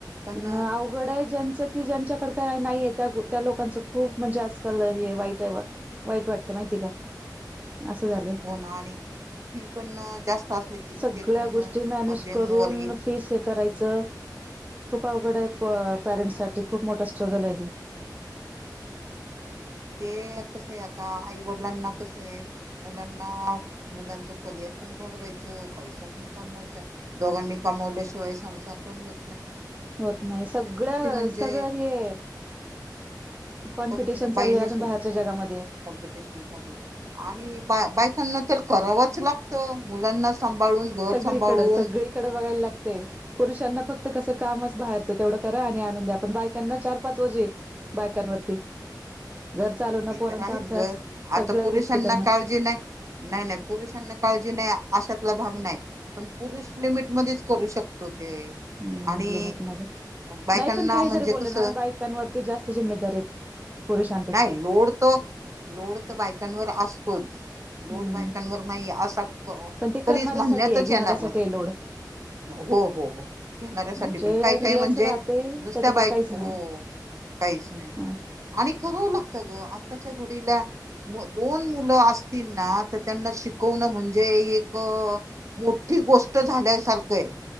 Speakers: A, on the right; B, on the right.
A: पण
B: अवघड आहे ज्यांचं कि ज्यांच्याकड का नाहीये त्या त्या लोक. लकांच खूप म्हणजे आजकाल हे वाईट आहे, वाईट वाटतं माहिती का. असं झालंय
A: होणार आणि ती पण जास्त. असली की
B: सगळ्या
A: ते पण
B: गोष्टी मॅनेज
A: मध्यमवर्गीय
B: करून फीस हे करायचं. खूप अवघड आहे पॅरेंट्ससाठीठी खूप मोठा स्ट्रगल आहे.
A: ते कस आहे आता आई वडिलांना कस आहे, मुलांना मुलांच करियर पण. ढवायच पैसा पण कमवायचा दोघांनी कमवल्याशिवाय संसार पण हो.
B: होत नाही सगळ
A: म्हणजे
B: सगळं हे. कॉमपिटिशन
A: खरंच ना
B: चालय
A: बाईनीच
B: अजून बारच्या जगामध्ये.
A: कॉम्पिटिशन साली आणि बा बायकांना तर करावंच लागतं. मुलांना सांभाळून घर
B: सगळीकडं
A: सांभाळून
B: सगळीकडें बघायला लागतेय पुरुषांना फक्त कसं कामच बाहेरच. तेवढं करा आणि आणून द्या आपण बायकांना चार पाच वजे बायकांवरती. घर चालवणं
A: ते
B: पोरांचा
A: तर आहेच
B: अभ्यास
A: ग
B: सगळ्या
A: आता पोलरिसांना
B: गोष्टी करणं
A: काळजी नाही. नाही नाही पुरुषांना काळजी नाही. अशतला भाग नाही पण पुरुष लिमिट मध्येच करू शकतो ते.
B: हम्म
A: आणि
B: लिमिटमध्ये
A: बायकांना
B: नाही पण काही
A: म्हणजे
B: जरी बोललं
A: कस.
B: ना बायकांवरती जास्त जिम्मेदारी आहेत पुरुषांपेक्षा
A: नाही लोड तर लोड तर बायकांवर असतोच. लोड
B: हम्म
A: बायकांवर नाही असा
B: पण ते
A: कधीच
B: करणाऱ्यासाठी
A: म्हणण्यातच
B: आहे घेणाऱ्यासाठी
A: येणार नाही.
B: आहे लोड
A: हो हो हो घेणाऱ्यासाठीठी
B: जे
A: पण काही काही
B: रिलॅक्स
A: म्हणजे
B: राहते
A: नुसत्या
B: त्याच्याकडे
A: बाईक
B: काहीच
A: हो.
B: नाही
A: काहीच नाही
B: ह
A: आणि. गत ग आताच्या घडी दोन मुल असतील ना त्यांना शिक म्हणजे एक मोठी गोष्ट झाल्यासारख आहे.